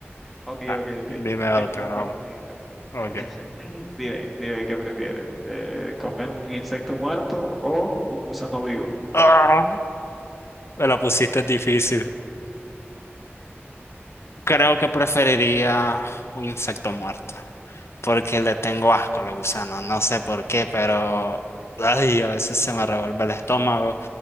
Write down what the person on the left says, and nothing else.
Ah,
dime otra,
vamos.
Ok.
Ah, me la pusiste difícil. Creo que preferiría un insecto muerto, porque le tengo asco a los gusanos, no sé por qué, pero ay, a veces se me revuelve el estómago.